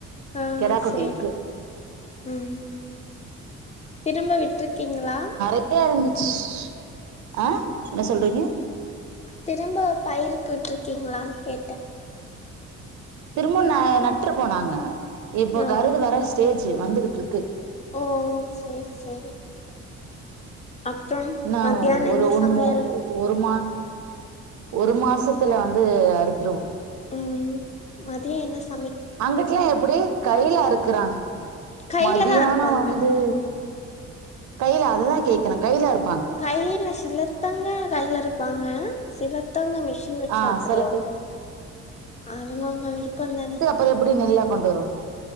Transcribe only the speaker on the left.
ஆ
சேரி
ம் திரும்ப விட்ருக்கிங்களா?
திரும்ப பயிருக்கு விட்ருக்கிங்ளான் கேட்டே.
ஓ
ஓ சேரி சேரி. அப்றம்
மத்தியான
என்ன
சமையல்
ம் மதியோ என்னஸ்
கைல
தா அறுப்பாங்க
கைல சிலத்தங்க கைல அறுப்பாங்க சிலத்தவங்க மிஷ் ன் வெச்சு
அறுத்துருவாங்க.
அவுங்கவுங்க விருப்பந் தான.